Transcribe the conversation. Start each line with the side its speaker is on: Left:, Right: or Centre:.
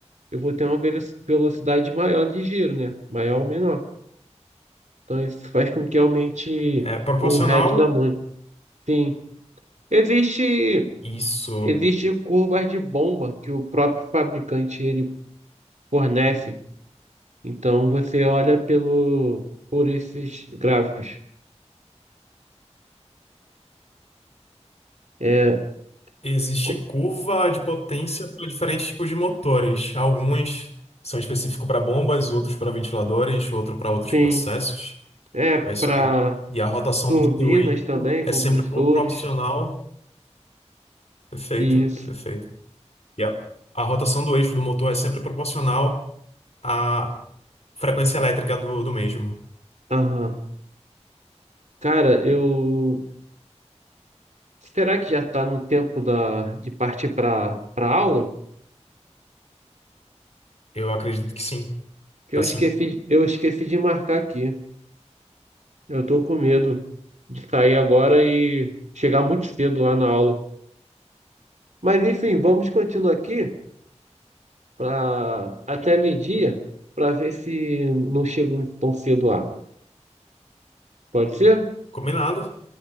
Right: eu vou ter uma velo- velocidade maior de giro, né? Maior ou menor. Então isso faz com que aumente
Left: É proporcional.
Right: o head da mão. Sim. Existe.
Left: Isso.
Right: Existem curvas de bomba que o próprio fabricante ele fornece. Então você olha pelo por esses gráficos. É,
Left: Existe
Right: co-
Left: curva de potência para diferentes tipos de motores. Alguns são específicos para bombas, outros para ventiladores, outro para outros
Right: tem
Left: processos.
Right: é para
Left: É isso aí. E a rotação
Right: turbinas
Left: do seu eixo
Right: também,
Left: é
Right: compressores
Left: sempre proporcional. Perfeito,
Right: e isso.
Left: perfeito. E a a rotação do eixo do motor é sempre proporcional à frequência elétrica do, do mesmo.
Right: Aham. Cara, eu será que já está no tempo da de partir para para aula?
Left: Eu acredito que sim.
Right: Que
Left: Tá
Right: eu esqueci
Left: sim.
Right: de- eu esqueci de marcar aqui. Eu tô com medo de sair agora e chegar muito cedo lá na aula. Mas enfim, vamos continuar aqui para até meio-dia para ver se não chego tão cedo lá. Pode ser?
Left: Combinado,